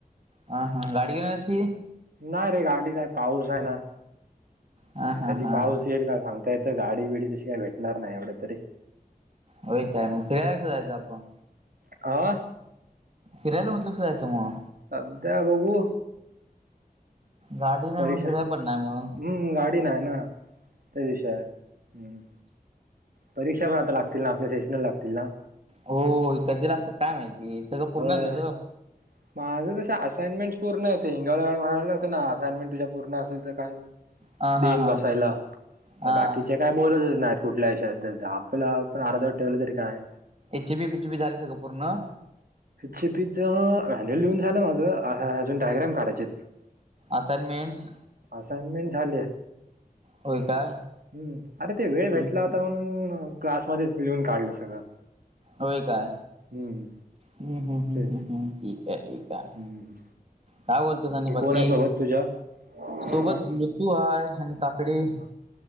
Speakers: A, on the right; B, on the right.
A: हा हा गाडी घेऊन येस की.
B: नाही रे गाडी नाही पाऊस आहे ना.
A: ह हा
B: कधी
A: हा
B: पाऊस येईल का सांगता येत गाडी बिडी तशी काय भेटणार नाही एवढ्या तरी.
A: हो काय मग फिरायला कसं जायचं आपण?
B: आ
A: फिरायला म्हटलं करायचं म.
B: अध्या बघू
A: गाडी नाही
B: परीक्षा
A: मग फिराय पण नाही म.
B: हम्म गाडी नाय ना ते विषय हाय. परीक्षा पण आता लागतील ना आपल्या सेशनर लागतील ना.
A: हो कधी लागत्यात काय माहिती सगळं पूर्ण
B: होय
A: तेच?
B: माझं तसं असाइनमेंट्स पूर्ण आहे <unintelligible> होतं ना असाइनमेंट तुझ्या पूर्ण असेल तर काही
A: हा हा
B: दिन
A: हा
B: बसयला
A: हा
B: तर बाकीच्या काय बोलतच नाहीत कुठल्या विषयाबद्दल आपलं आपण अर्ध ठेवलं तरी काय
A: एच बी बीच बी झाले सगळं पूर्ण.
B: चीपीचा ह्याने लिहून झालं माझं अह अजून डायग्राम काढायचेत.
A: असाईनमेंट्स
B: असाइनमेंट झालेय.
A: होय काय
B: हम्म अरे ते वेळ
A: हम्म.
B: भेटला होता म्हणून क्लासमध्येच लिहून काढलं सगळं.
A: होय काय?
B: हम्म
A: हम्म हम्म हम्म
B: तेच
A: हम्म हम्म, ठीक आहे, ठीक आहे.
B: हम्म
A: काय बोलतोस आणि
B: की
A: बाकी
B: कोण आहे सोबत तुझ्या
A: सोबत
B: हा
A: मृत्यू हय आणि काकडी
B: हा,